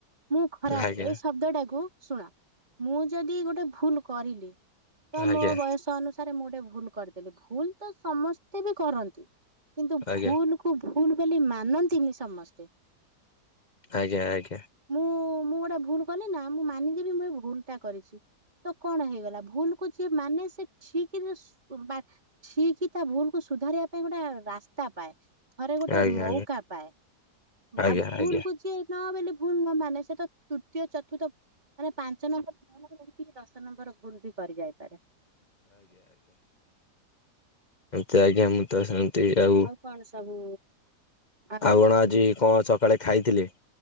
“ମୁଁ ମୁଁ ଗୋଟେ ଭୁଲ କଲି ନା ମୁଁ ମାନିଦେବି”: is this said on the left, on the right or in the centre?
Right